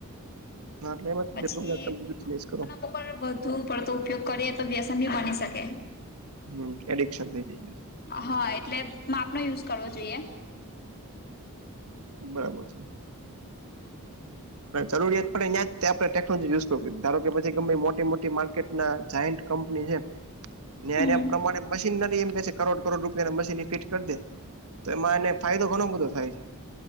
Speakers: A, on the right (about 75°); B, on the left (about 45°).
A: હા.
B: પછી.
A: જેટલું બધા તમે યુટિલાઈઝ કરો
B: અને વગર વધુ પડતો ઉપયોગ કરીએ, તો વ્યસન ભી બની શકે.
A: હમ, એડિક્શન થઇ જઈ.
B: હા, એટલે માપનો યુઝ કરવો જોઈએ.
A: બરાબર છે. જરૂરિયાત પણ્યાં જ આપણે ટેકનોલોજી યુઝ કર જોઈએ, કે પછી ગ મોટી મોટી માર્કેટના. જઇન્ટ કંપની છે. ન્યા
B: હમ
A: ના પ્રમાણે મશીનરી એમ કે છે, કરોડ કરોડ રૂપિયા મશીન ફીટ કરી દે. તો એમાં એને ફાયદો ઘણો બધો થાય છે,